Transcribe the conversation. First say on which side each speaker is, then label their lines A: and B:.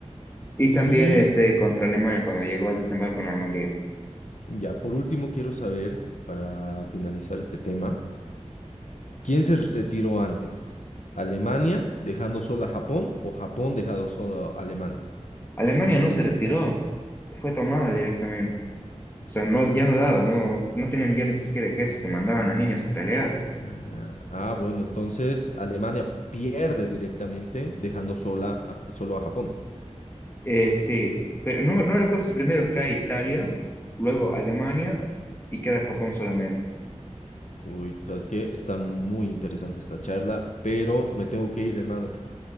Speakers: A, on the left; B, on the left.
A: Y
B: y
A: también este, contra Alemania cuando llegó al desembarco en Normandía.
B: Ya, por último quiero saber, para finalizar este tema, ¿quién se retiró antes? ¿Alemania dejando sola a Japón o Japón dejando sola a Alemania?
A: Alemania no se retiró, fue tomada directamente. O sea, no, ya no daba, no, no tenían ya ni siquiera ejército, mandaban a niños a pelear.
B: Ah, ah, bueno, entonces Alemania pierde directamente dejando sola a- solo a Japón.
A: Eh, sí, pero no, no recuerdo si primero cae Italia, luego Alemania y queda Japón solamente.
B: Uy, ¿sabes qué? Está muy interesante esta charla, pero me tengo que ir, hermano. Tengo